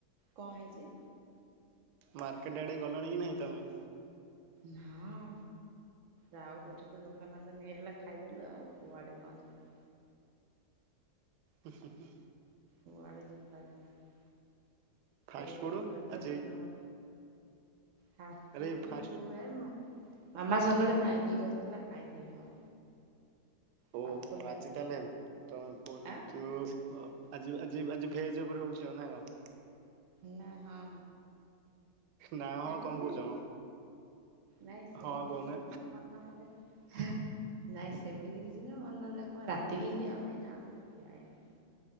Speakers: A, on the right; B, on the right.
A: କଣ ହେଇଚି।
B: ମାର୍କେଟ୍ ଆଡ଼େ ଗଲଣି କି ନାହିଁ ତୁମେ।
A: ହଁ ଆଉ ଗୋଟେ ଦୋକାନ ନେଇଆଇଲା ଖାଇଦେଲୁ ଆଉ କୁଆଡେ କଣ ଯିବୁ।
B: ହୁଁ ହୁ ହୁଁ।
A: କୁଆଡେ ଯିବାର ନାହିଁ।
B: ଫାଷ୍ଟ
A: ଏଇଠି
B: ଫୁଡ
A: ଜଳଖିଆ
B: ଆଜି
A: କରି ଦେବା ଫାଷ୍ଟ
B: ଆରେ
A: ଫୁଡ।
B: ଫାଷ୍ଟ
A: ମାମା ସକାଳେ ମ୍ୟାଗି କରିୁଥିଲା ଖାଇଥିଲି ମୁଁ।
B: ଓହୋ
A: ଫାଷ୍ଟଫୁଡ ଫାଷ୍ଟଫୁଡ
B: ଆଜି ତାହେଲେ ଏମିତି।
A: ଆଁ
B: ଆଜି ଆଜି ଆଜି ଭେଜ ଉପରେ ହଉଛି ନା କଣ।
A: ନା ହଁ।
B: ନା ହଁ
A: ସେମିତି।
B: କଣ କହୁଛ ମ
A: ନାଇଁ ସେମିତି
B: ହଁ କହୁନା
A: କିଛି ମନ ହେଲେ। ନାଇଁ ସେମିତି କିଛି ନାଁ ମନ ନେ ଲାଗେ କଣ ରାତିକି ଖିଆହବ ଆଉ କିଛି ଖିଆ ହେଇନି।